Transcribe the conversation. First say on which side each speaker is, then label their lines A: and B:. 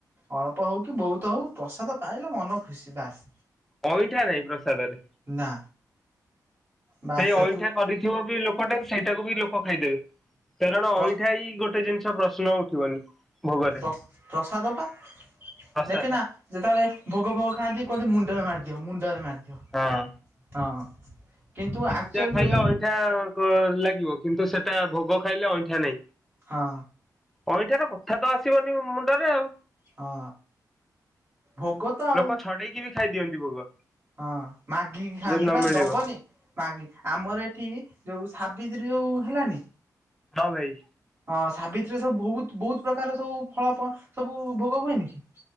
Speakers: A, on the right; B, in the centre.
A: ଅଳ୍ପ ହଉ କି ବହୁତ ହଉ ପ୍ରସାଦ ପାଇଲେ ମନ ଖୁସି ବାସ୍।
B: ଅଇଁଠା ନାଇଁ ପ୍ରସାଦରେ
A: ନା ବାସ୍
B: ସେଇ
A: ସେଠୁ
B: ଅଇଁଠା କରିଥିବ ବି ଲୋ କଟେ ସେଇଟାକୁ ବି ଲୋକ ଖାଇଦେବେ କାରଣ
A: ପ୍ର
B: ଅଇଁଠା ହି ଗୋଟେ ଜିନିଷ ପ୍ରଶ୍ନ ଉଠିବନି। ଭୋଗରେ
A: ପ୍ର ପ୍ରସାଦ ବା
B: ପ୍ରସାଦ
A: ଦେଖିନା। ଯେତେବେଳେ ଭୋଗ ଫୋଗ ଖାଆନ୍ତି କୁହନ୍ତି ମୁଣ୍ଡରେ ମାରିଦିଅ ମୁଣ୍ଡରେ ମାରିଦିଅ।
B: ହଁ।
A: ହଁ। କିନ୍ତୁ
B: ଆଉ
A: ଆକ୍ଚୁଆଲିରେ
B: ଯାହା ଖାଇଲେ ଅଇଁଠା ଲାଗିବ। କିନ୍ତୁ ସେଟା ଭୋଗ ଖାଇଲେ ଅଇଁଠା ନାଇଁ।
A: ହଁ।
B: ଅଇଁଠାର କଥା ତ ଆସିବନି ମୁଣ୍ଡରେ ଆଉ।
A: ହଁ ଭୋଗ ତ ଆଉ
B: ଲୋକ ଛଡେଇକି ବି ଖାଇଦିଅନ୍ତି ଭୋଗ।
A: ହଁ ମାଗିକି ଖାଆନ୍ତି
B: ଯଦି ନ
A: ବା
B: ମିଳିବ
A: ଦବନି। ମାଗେ ଆମର ଏଠି ଯୋଉ ସାବିତ୍ରୀ ଯୋଉ ହେଲାନି
B: ହଁ ଭାଇ।
A: ହଁ ସାବିତ୍ରୀରେ ସବୁ ବହୁତ ବହୁତ ପ୍ରକାର ସବୁ ଫଳ ସବୁ ଭୋଗ ହୁଏନି କି?